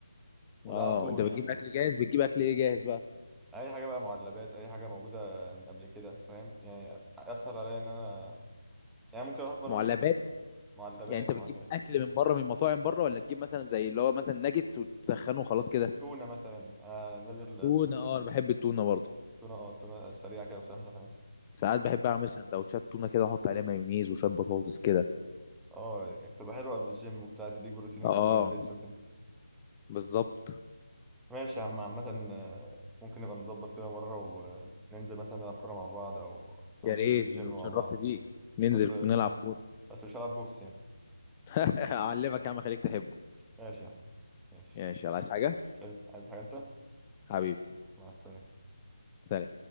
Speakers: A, in the centre; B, on the left (about 20°).
A: وده
B: اه
A: على طول
B: انت بتجيب
A: يعني
B: اكل جاهز بتجيب اكل ايه جاهز بقى
A: اي حاجه بقى معلبات اي حاجه موجوده من قبل كده فاهم يعني اسهل عليا ان انا يعني ممكن اروح اتمرن
B: معلبات
A: من معلبات
B: يعني انت بتجيب
A: معلبات
B: اكل من بره من مطاعم بره ولا تجيب مثلا زي اللي هو مثلا ناجتس وتسخنه وخلاص كده
A: تونه مثلا آه نازل
B: تونة اه انا بحب التونة برضه
A: تونة اه تونة سريعة كده وسهلة فاهم
B: ساعات بحب اعمل سندوتشات تونة كده واحط عليها مايونيز وشوية بطاطس كده
A: اه يعني بتبقى حلوة قبل الجيم وبتاع تديك بروتين وكربوهيدرات
B: اه
A: وكده
B: بالظبط
A: ماشي يا عم عامة آه، ممكن نبقى نظبط كده مرة وننزل مثلا نلعب كورة مع بعض أو أو
B: يا
A: ننزل
B: ريت
A: الجيم
B: ده
A: مع
B: اتشرفت
A: بعض
B: بيك ننزل
A: بس
B: نلعب كورة
A: بس مش هلعب بوكس يعني
B: <laughs> اعلمك يا عم خليك تحبه
A: ماشي يا عم ماشي
B: ماشي يلا، عايز حاجة
A: مش عايز عايز حاجة أنت؟
B: حبيبي
A: مع السلامة
B: سلام